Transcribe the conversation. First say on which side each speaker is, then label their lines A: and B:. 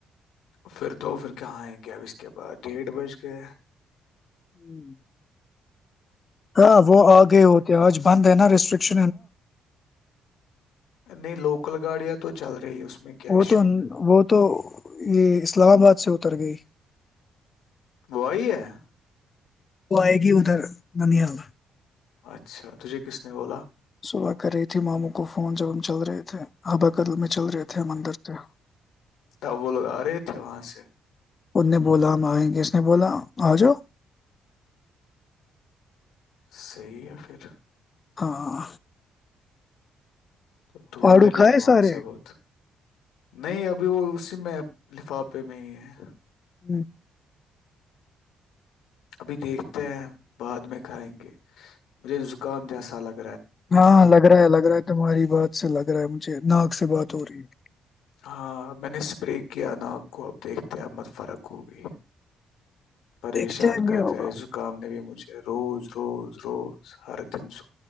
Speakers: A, on the left; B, on the left.
A: پھر تو پھر کہاں آئیں گے کیا اب اس کے بعد ڈیھ بج گئے
B: ہوں <inaudible> ہاں وہ آگئے ہوتے ہیں آج بند ہے نا رسٹرکشن
A: نہیں لوکل گاڑیاں تو تو چل رہی ہے اس میں کیا ایشو
B: وہ تو وہ تو یہ اسلام آباد سے اتر گئی
A: کوی ہے <unintelligible>
B: وہ آئے گی ادھر ننحال
A: اچھا تجے قس پولا
B: صبح کر رہی تھی ماموں کو فون جب ہم چل رہے تھے ہاں ب کر میں چل رہے تھے ہم اندر سے
A: تب وہ لوگ آ رہے تھے وہاں سے
B: ان نے بولا ہم آئیں کس نے بولا آ جا
A: صحی ہے پھر
B: ہاں
A: تو دور
B: آڑو
A: ہے لیکن
B: کھائے
A: وہاں
B: سارے
A: سے بہت نہیں ابھی وہ اسی میں لفافے میں ہی ہے
B: ہوں <unintelligible>
A: ابھی دیکھتے ہیں بعد میں کھائیں گے مجھے زکام جیسا لگا
B: ہاں لگ رہا ہے لگ رہا ہے تمہاری بات سے لگ رہا ہے مجھے نااک سے بات ہو رہی ہے
A: ہاں میں نے اسپرے کیا ناک کو اب دیکھتے ا مت فرق ہوگئی پریشان
B: دیکھتے ہیں کیا
A: کر
B: ہوگا
A: دیا زکام نے بھی مجھے روز روز روز ہر دن ز